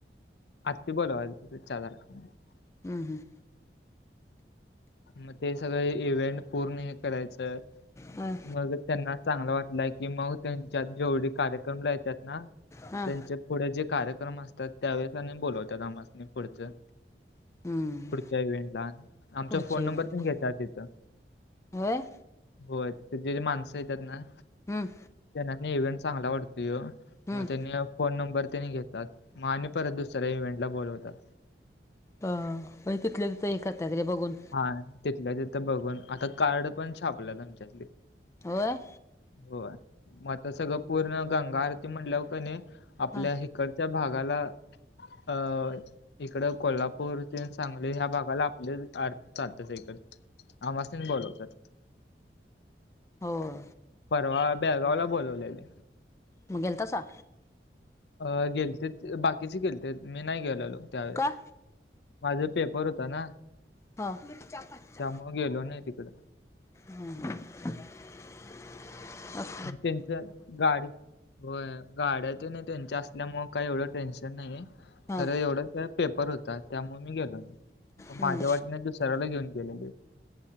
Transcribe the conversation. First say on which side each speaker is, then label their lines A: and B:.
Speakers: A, on the left (about 75°); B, on the left (about 15°).
A: आजचि बोल आ <unintelligible>
B: हम् हम्
A: मग ते सगळे इव्हेंट पूर्ण हे करायचं आहे.
B: हां
A: मग त्यांना चांगला वाटलंय की मग त्यांच्यात जेवढे कार्यक्रम ला येत्यात ना
B: हां
A: मग त्यांचेत पुढे जे कार्यक्रम असतात त्यावेळेस आणि बोलवतात आमासनी पुढचं
B: हं
A: पुढच्या इव्हेंटला आमचा
B: पुढच्या
A: फोन
B: इव्हेंटला
A: नंबर पण घेतलाय तिथं
B: होय
A: होय ते जे माणसं ये त्यांना
B: हम्म
A: त्यांना न्यु इव्हेंट चांगला वाटतुयो
B: हम्म
A: मग त्यांला फोन नंबर त्यांनी घेतात मग आणि परत दुसऱ्या इव्हेंटला बोलवतात.
B: अ होय तिथल्या तिथं हे करत्यात रे बघून
A: हा तिथल्या तिथं बघून आता कार्ड पण छापलं तुमच्यातली
B: होय
A: होय... म आता सगळं पूर्ण गंगा आरती म्हणल्या ओ का नाही आपल्या
B: ह
A: हिकडच्या भागाला अ इकडं कोल्हापूर ते सांगली ह्या भागाला आपले आर तात्याच्या इकड आमस् नि बोलवतात.
B: होव
A: परवा ब्याळगाव ला बोलवलेले
B: मंग गेलतासा
A: अ गेलथेत बाकीचे गेलथेत मी नाही गेलेलो त्यावेळेस
B: का
A: माझे पेपर होता ना
B: हा <unintelligible>
A: हा मग गेलो नाही तिकडं
B: हम <inaudible>
A: त्यांचच गाडी होय गाड्या तेनी त्यांच्या असल्यामुळे काही एवढं टेन्शन नाही
B: हा
A: खरं एवढंच पेपर होता त्यामुळे मी गेलो मग
B: हम्म
A: माझ्या वाटनीच दुसऱ्याला घेऊन गेल.